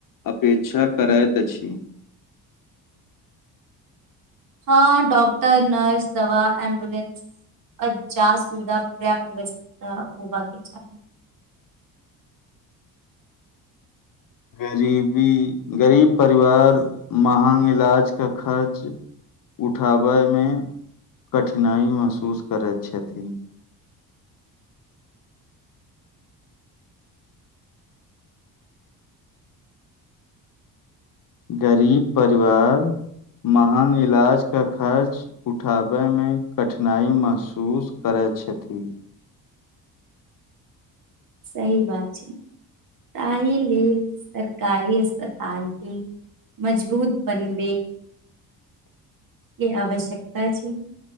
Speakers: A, on the left (about 60°); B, on the right (about 60°).
A: अपेक्षा करैत अछि
B: हँ डाक्टर नर्स दवा एम्बुलन्स <unintelligible> व्यवस्था होबाके चाही।
A: गरीबी गरीब परिवार महग इलाज क खर्च उठाबै मे कठिनाई महसूस करै छथिन। गरीब परिवार महग इलाज का खर्च उठाबय मे कठिनाइ महसूस करै‌ छथि।
B: सही बात छै त‌ अभी लेल सरकारी अस्पतालके मजबूत बनबै के आवश्यकता छै।